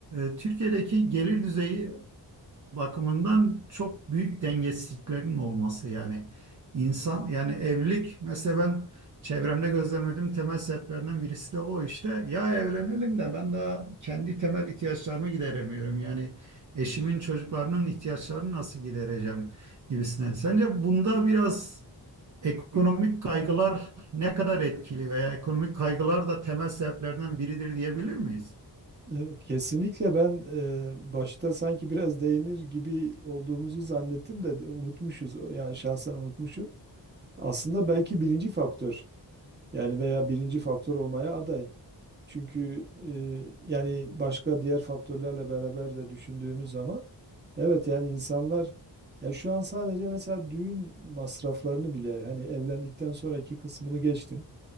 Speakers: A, on the right; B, on the right.
A: e, Türkiye'deki gelir düzeyi bakımından çok büyük dengesizliklerin olması yani insan yani evlilik mesela ben çevremde gözlemlediğim temel sebeplerinden birisi de o işte ya evlenelim de ben daha kendi temel ihtiyaçlarımı gideremiyorum yani eşimin çocuklarının ihtiyaçlarını nasıl gidereceğim gibisinden. Sence bunda biraz ekonomik kaygılar ne kadar etkili veya ekonomik kaygılar da temel sebeplerden biridir diyebilir miyiz?
B: Evet, kesinlikle ben e, başta sanki biraz değinir gibi olduğumuzu zannettim de de unutmuşuz. O- Yani şahsen unutmuşum. Aslında belki birinci faktör yani veya birinci faktör olmaya aday. Çünkü e, yani başka diğer faktörlerle beraber de düşündüğümüz zaman evet yani insanlar yani şu an sadece mesela düğün masraflarını bile hani evlendikten sonraki kısmını geçtim.